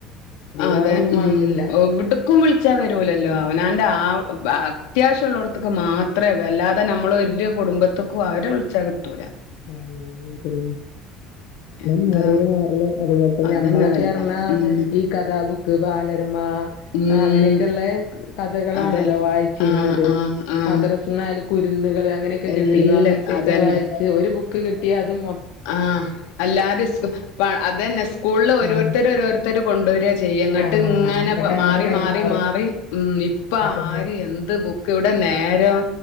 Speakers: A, on the left; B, on the left.
A: അതെ
B: വേറൊന്നും
A: ഉം
B: വേണന്നില്ല
A: എവ്ട്ക്കും വിളിച്ചാ വരൂലല്ലോ.
B: ഉം
A: അവനാന്റെ ആ അത്യാവശ്യള്ളോട്ത്ത്ക്ക് മാത്രേ വല്ലാതെ നമ്മളൊരു കുടുംബത്ത്ക്കും അവരെ വിളിച്ചാ കിട്ടൂല.
B: ഉം ഉം
A: എന്താ
B: <unintelligible> അതുപോലെതന്നെ
A: അതന്നെ
B: ഞമ്മളൊക്കെറഞാ
A: വല്ല ഉം
B: ഈ. കഥാബുക്ക് ബാലരമാ.
A: ഉം
B: ആഹ് അങ്ങനെക്കെള്ളേ കഥകളാണല്ലോ
A: അതെ
B: വായിച്ചിര്ന്നത്
A: ആഹ് ആഹ് ആഹ്
B: മദ്രസ് ന്നാല് കുരുന്നുകള് അങ്ങനെക്കെ കിട്ടിന്നോ
A: എല്ല
B: അങ്ങനത്തെയൊക്കെ
A: അതന്നെ
B: വായിച്ച് ഒരു ബുക്ക് കിട്ടിയാ അത് മൊത്തം
A: ആഹ എല്ലാരും സ് അത് തന്നെ സ്കൂളില് ഓരോരുത്തരും
B: ഉം
A: ഓരോരുത്തര കൊണ്ടുവരി ചെയ്യും ങ്ങട്ട്
B: ആഹ്
A: ങ്ങനെ
B: എന്നിട്ട് അങ്ങനെ
A: മാറി
B: കൈമാറും
A: മാറി മാറി ഉം ഇപ്പ
B: അതന്നെ
A: ആര് എന്ത് ബുക്ക് ക്കെവ്ടെ നേരം